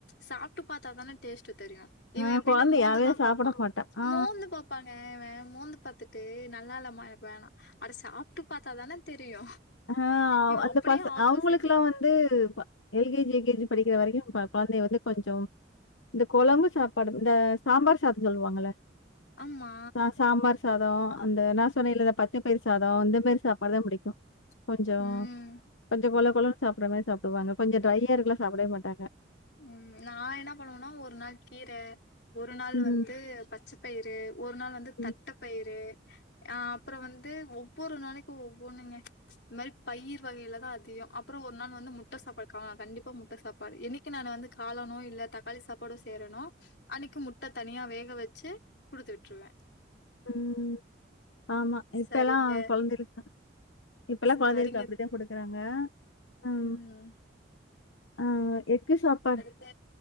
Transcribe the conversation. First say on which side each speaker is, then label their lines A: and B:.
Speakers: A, on the left; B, on the left.
A: சாப்ட்டு பாத்தாதன டேஸ்ட்டு தெரியு இவ
B: ஆ
A: எப்டின்னா
B: குழந்தையாவே
A: மோந்துதா
B: சாப்பிட
A: பாப்பா
B: மாட்டா. ஆ,
A: மோந்து பா பப்பாங்க இவே மோந்து பாத்துட்டு நல்லா இல்லமா எனக்கு வேணா அட சாப்ட்டு பாத்தாதன தெரியு
B: ஆ அவ
A: இவன்
B: அந்த
A: அப்டியே
B: பச
A: ஆப்போசிட்டு
B: அவங்களுகெல்லா வந் து எல்கேஜி யுகேஜி படிக்கிற வரைக்கு ப கொழந்தைய வந்து கொஞ்சோ இந்த கொழம்பு சாப்பாடு இந்த சாம்பார் சாதோ சொல்லுவாங்கள
A: ஆமா
B: சா சாம்பார் சாதோ அந்த நா <unintelligible> பச்ச பயிர் சாதோ இந்த மாதிரி சாப்பாடுதா புடிக்கு கொஞ்சோ
A: ம்
B: கொஞ்சோ கொழ கொழனு சாப்டுற மாரி சாப்டுவாங்க கொஞ்சோ ட்ரையா இருக்குல்லா சாப்பிடவே மாட்டாங்க
A: உம் நா என்ன பண்ணுவேன்னா ஒரு நாள் கீர ஒரு நாள்
B: ம்.
A: வந்து பச்ச பயிருஒரு நாள்
B: ம்.
A: தட்ட பயிரு அ அப்றோம் வந்து ஒவ்வொரு நாளைக்கு ஒவ்வொன்னுங்க இது மாரி பயிர் வகையில தா அதிகோம் அப்பறோம் ஒரு நாள் வந்து முட்ட சாப்பாடுக்கா கண்டிப்பா முட்ட சாப்பாடு என்னிக் என்னிக்கு நான் வந்து காளானும் இல்ல தக்காளி சாப்பாடே செய்றேனோ அன்னைக்கு முட்ட தனியா வேக வச்சு குடுத்து விட்ருவே
B: உம்ம் ஆமா இப்பெல்லா
A: சரிங்க.
B: கொழந்திருக்கான் இப்பல்லாம்
A: சரிங்க.
B: கொழந்தைங்களுக்கு அப்படித்தா குடுக்குறாங்க உம்
A: ம்.
B: ஆ எக்கு சாப்பாடு
A: இந்த